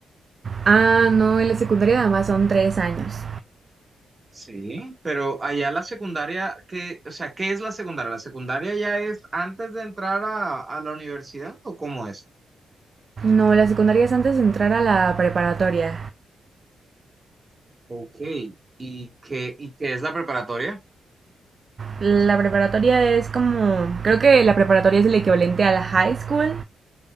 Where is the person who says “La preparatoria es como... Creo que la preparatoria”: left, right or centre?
Right